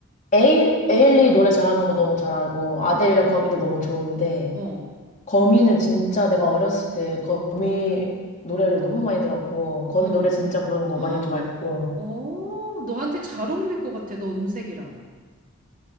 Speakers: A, on the left; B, on the right.
A: 에일, 에일리 노래 잘하는 거 너무 잘 알고, 아델이랑
B: 어,
A: 거미도 너무 좋은데,
B: 어,
A: 거미는 진짜 내가 어렸을 때 거미 노래를 너무 많이 들었고, 거미
B: 어.
A: 노래 진짜 부르는
B: <gasps>
A: 거
B: 헉,
A: 많이 좋아했고,
B: 어, 너한테 잘 어울릴 것 같아, 너 음색이랑.